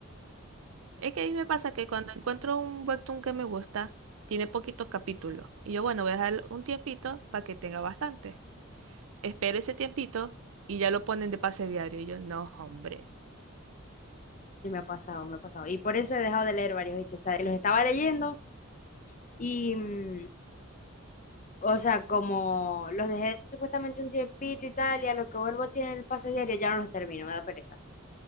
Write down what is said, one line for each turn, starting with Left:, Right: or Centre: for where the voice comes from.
Right: Es que a mí me pasa que cuando encuentro un webtoon que me gusta, tiene poquitos capítulos. Y yo, bueno, voy a dejar un tiempito para que tenga bastante. Espero ese tiempito y ya lo ponen de pase diario. Y yo, no, hombre.
Left: Sí, me ha pasado, me ha pasado. Y por eso he dejado de leer varios, ¿viste? O sea, los estaba leyendo y, mm, o sea, como los dejé supuestamente un tiempito y tal, y a lo que vuelvo tiene el pase diario, ya no los termino, me da pereza.